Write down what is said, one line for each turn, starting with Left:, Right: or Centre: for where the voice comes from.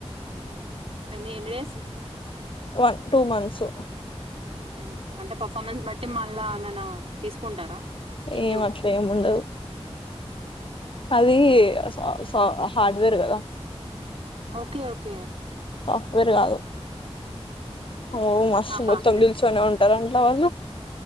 Right: హ్మ్ ఎన్ని ఎన్ని డేస్
Left: వన్ టూ మంత్సు
Right: ఒకే ఒకే అంటే పర్ఫార్మెన్స్ బట్టి మళ్ళా ఏమైనా తీసుకుంటారా టిపిఓ
Left: ఏమట్లే ముండదు అది ఆ సహార్డ్వేర్ గదా
Right: ఒకే ఒకే
Left: సాఫ్ట్ వేర్ గాదు ఓ మస్తు
Right: ఆ హార్డ్వేర్
Left: మొత్తం దెల్సు అనే ఉంటార లవలు